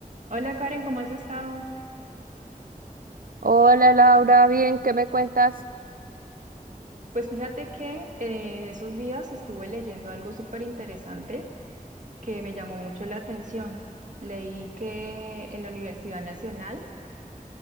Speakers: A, on the right; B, on the right.
A: Hola Karen, ¿cómo has estado?
B: Hola Laura, bien, ¿qué me cuentas?
A: Pues fíjate que eh, en esos días estuve leyendo algo súper interesante que me llamó mucho la atención. Leí que en la Universidad Nacional